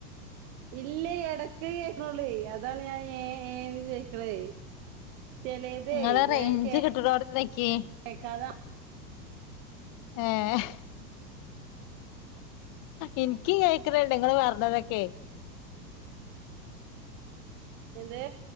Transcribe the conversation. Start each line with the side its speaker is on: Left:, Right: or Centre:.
Right: ഇല്ലേ ഇടക്ക് കേക്ക്ണുള്ളെ അതാണ് ഞാൻ ഏ ഏന്ന് കേക്കണേ ചെലേയിതെ
Left: നിങ്ങള്
Right: ഞാൻ
Left: റേഞ്ച്
Right: കേ
Left: കിട്ടണോടത്ത് നിക്കി
Right: കേക്കാത
Left: ഏഹ് ഹ് എനിക്ക് കേക്കണുണ്ട് നിങ്ങള് പറഞ്ഞതൊക്കെ?
Right: എന്ത്?